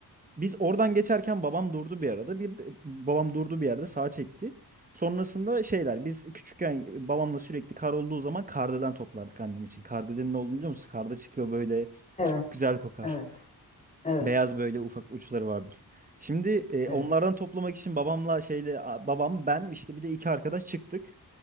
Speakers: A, on the right (about 20°); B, on the left (about 20°).
A: Biz oradan geçerken babam durdu bir arada. Bir de- babam durdu bir yerde sağa çekti. Sonrasında şeyler biz küçükken babamla sürekli kar olduğu zaman kardelen toplardık annem için. Kardelen'in ne olduğunu biliyor musun? Karda çıkıyor böyle
B: Evet,
A: çok güzel kokar.
B: evet, evet,
A: Beyaz böyle ufak uçları vardır. Şimdi e,
B: evet.
A: onlardan toplamak için babamla şeyle a- babam ben işte bir de iki arkadaş çıktık.